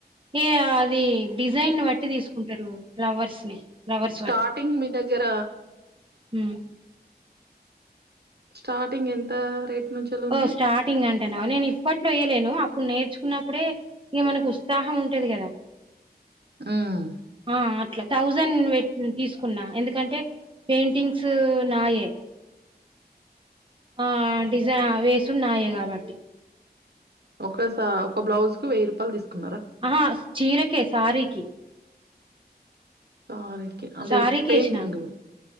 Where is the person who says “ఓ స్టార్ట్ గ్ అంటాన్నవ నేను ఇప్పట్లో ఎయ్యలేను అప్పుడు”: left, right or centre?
Right